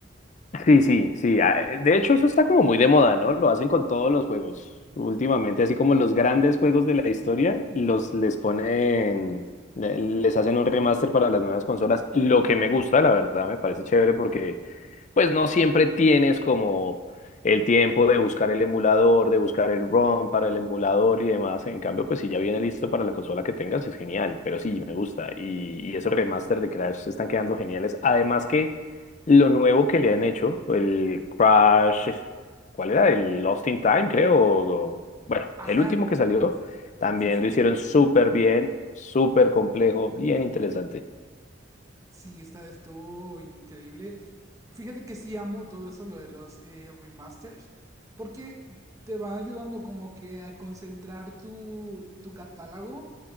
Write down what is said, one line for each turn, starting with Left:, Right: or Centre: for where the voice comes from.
Left: Sí, sí, sí. ah, eh, De hecho, eso está como muy de moda, ¿no? Lo hacen con todos los juegos. Últimamente, así como los grandes juegos de la historia, los les ponen, le- les hacen un remaster para las nuevas consolas. Lo que me gusta, la verdad, me parece chévere porque, pues, no siempre tienes como el tiempo de buscar el emulador, de buscar el ROM para el emulador y demás. En cambio, pues, si ya viene listo para la consola que tengas, es genial. Pero sí, me gusta. Y, y esos remaster de Crash están quedando geniales. Además que lo nuevo que le han hecho, el Crash, ¿cuál era? El Lost in Time, creo. o- bueno,
Right: Ajá,
Left: el último que salió, también
Right: sí, sí.
Left: lo hicieron súper bien, súper complejo, bien interesante.
Right: Sí, esta estuvo increíble. Fíjate que sí amo todo eso, lo de los eh, remasters, porque te va ayudando como que a concentrar tu, tu catálogo